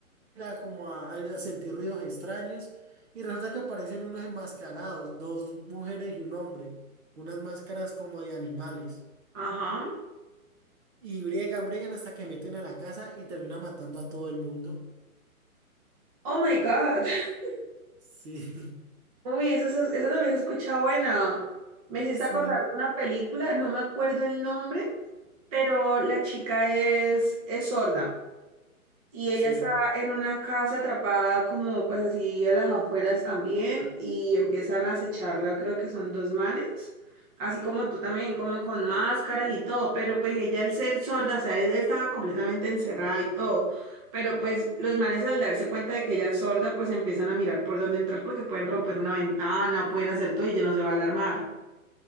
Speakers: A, on the right; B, on the right.
A: a como a, a sentir ruidos extraños. Y resulta que aparecen unos enmascarados, dos mujeres y un hombre, unas máscaras como de animales.
B: Ajá.
A: Y briegan, briegan hasta que meten a la casa y terminan matando a todo el mundo.
B: Oh my God. <laughs>
A: Sí, <laughs>
B: Uy, esa, esa, esa también se escucha buena. Me hiciste
A: sí,
B: acordar de una película, no me acuerdo el nombre, pero la chica es, es sorda. Y ella
A: sí,
B: está en una casa atrapada como pues así a las afueras también y empiezan a acecharla, creo que son dos manes, así como tú también, como con máscaras y todo, pero pues ella al ser sorda, o sea, ella estaba completamente encerrada y todo, pero pues los manes al darse cuenta de que ella es sorda, pues empiezan a mirar por dónde entrar porque pueden romper una ventana, pueden hacer todo y ella no se va a alarmar.